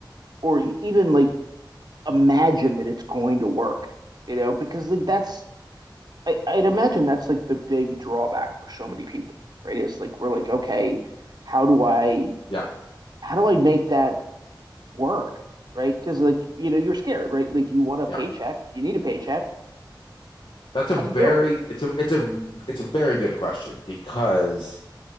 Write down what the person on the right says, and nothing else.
or e- even like imagine that it's going to work you know because like that's I, i'd imagine that's like the big drawback for so many people right it's like we're like okay how do i
how do i make that work right because like you know you're scared right like you want a
paycheck you need a paycheck
how
do you do it